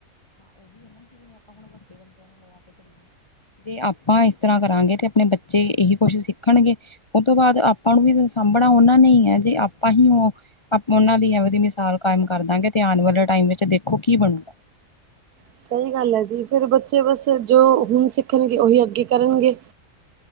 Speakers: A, on the left; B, on the right.
A: <unintelligible> ਜੇ ਆਪਾਂ ਇਸ ਤਰ੍ਹਾਂ ਕਰਾਂਗੇ ਤੇ ਅਪਣੇ ਬੱਚੇ ਇਹੀ ਕੁਛ ਸਿੱਖਣਗੇ। ਉਹ ਤੋਂ ਬਾਅਦ, ਆਪਾਂ ਨੂੰ ਵੀ ਸਾਂਭਣਾ ਉਹਨਾਂ ਨੇ ਹੀ ਹੈ ਜੇ ਆਪਾਂ ਹੀ ਉਹ ਉਹਨਾਂ ਦੀ ਐਵੇ ਦੀ ਮਿਸਾਲ ਕਾਇਮ ਕਰਦਾ ਹੈ ਤੇ ਆਉਣ ਵਾਲੇ ਟਾਈਮ ਵਿੱਚ ਦੇਖੋ ਕੀ ਬਨੂੰ।
B: ਸਹੀ ਗੱਲ ਹੈ ਜੀ। ਫਿਰ ਬੱਚੇ ਬਸ ਜੋ ਹੁਣ ਸਿੱਖਣਗੇ ਉਹੀ ਅੱਗੇ ਕਰਨਗੇ।